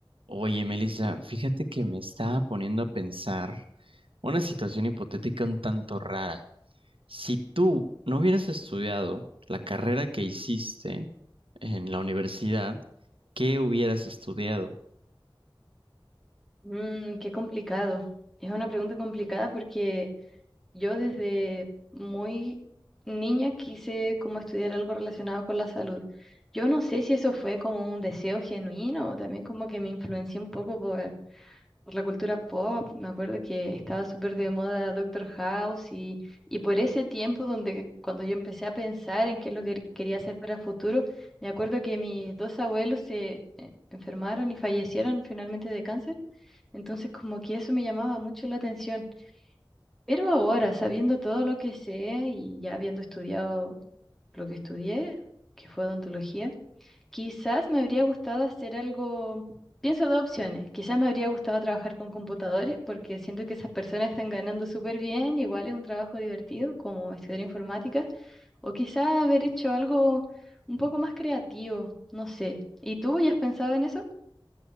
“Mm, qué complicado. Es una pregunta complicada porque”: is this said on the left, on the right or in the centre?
Centre